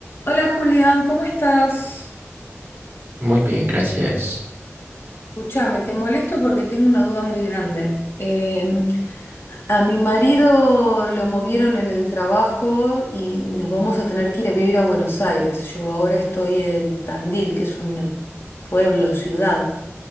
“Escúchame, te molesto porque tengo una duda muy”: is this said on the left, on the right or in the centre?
Left